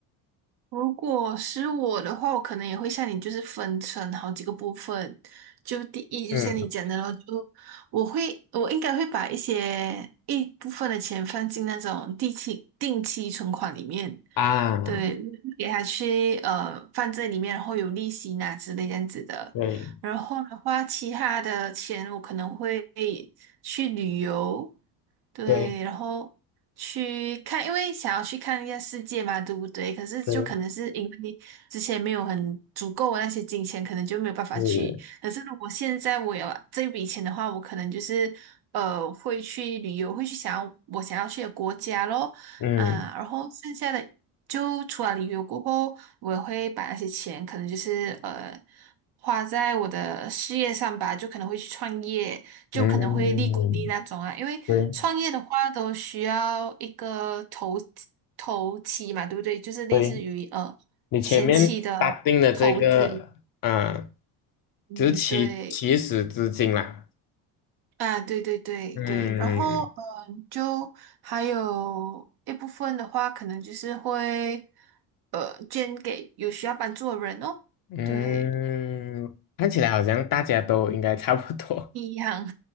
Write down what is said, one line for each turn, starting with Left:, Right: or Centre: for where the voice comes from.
Right: 如果是我的话，我可能也会像你，就是分成好几个部分。就第一，
Left: 嗯，
Right: 就像你讲的咯，就我会，我应该会把一些一部分的钱放进那种定期定期存款里面，
Left: 啊，
Right: 对，给他去呃放在里面，然后有利息拿之类这样子的。
Left: 对
Right: 然后的话，其他的钱我可能会去旅游，对，
Left: 对
Right: 然后去看，因为想要去看一下世界嘛，对不对？可是就可能是因为之前没有很足够的那些金钱，
Left: 对，
Right: 可能就没有办法去。
Left: 是，
Right: 可是如果现在我有这笔钱的话，我可能就是呃会去旅游，会去想要我想要去的国家咯。
Left: 嗯
Right: 啊，然后剩下的就除了旅游过后，我也会把那些钱可能就是呃花在我的事业上吧，就可能会去创业，就可能会利滚利那种啊。
Left: 嗯，
Right: 因为创业的话都需要一个投
Left: 对
Right: 投期嘛，对不对？就是类似于呃前期的投资，
Left: 对，你前面打定的这个，啊，
Right: 嗯，
Left: 就是起起始资金啦，
Right: 对。啊，对对对对，
Left: 嗯
Right: 然后嗯，就还有一部分的话，可能就是会呃捐给有需要帮助的人哦，
Left: 嗯，
Right: 对，
Left: 看起来好像大家都应该差不多。
Right: 一样，